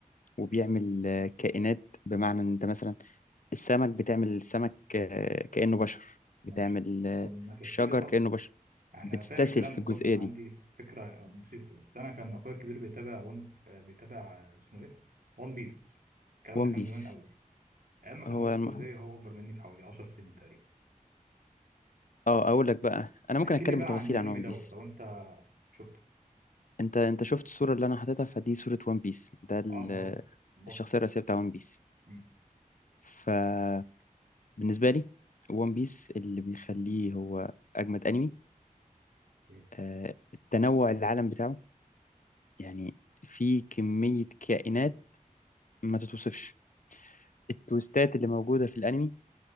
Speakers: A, on the left; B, on the right.
A: وبيعمل آه، كائنات بمعنى ان انت مثلا السمك بتعمل سمك آه، كأنه بشر بتعمل
B: ماشي
A: آه،
B: طب ما تحكي
A: الشجر
B: لي طب
A: كأنه بشر
B: يعني
A: بتستسهل
B: انا فاهم الكلام
A: في
B: ده
A: الجزئية
B: كله انا
A: دي
B: عندي فكره بسيطه بس انا كان اخويا الكبير بيتابع ون آه، بيتابع اسمه ايه ون بيس الكلام
A: ون
B: ده كان
A: بيس
B: زمان قوي ايام ما كان
A: هو
B: هو في
A: الم-
B: كليه هو اكبر مني بحوالي 10 سنين تقريبا
A: اه اقول لك بقى انا
B: فاحكي
A: ممكن اتكلم
B: لي بقى
A: بتفاصيل
B: عن الانمي
A: عن ون
B: دوت
A: بيس
B: لو انت شفته
A: انت انت شفت الصورة اللي انا حاططها فدي صورة ون بيس ده ال-
B: اه ما هو البطل
A: الشخصية الرئيسية بتاع ون بيس
B: مم.
A: فبالنسبة لي ون بيس اللي بيخليه هو اجمد انمي
B: إيه؟
A: آه، التنوع العالم بتاعه يعني في كمية كائنات ما تتوصفش التويستات اللي موجودة في الأنمي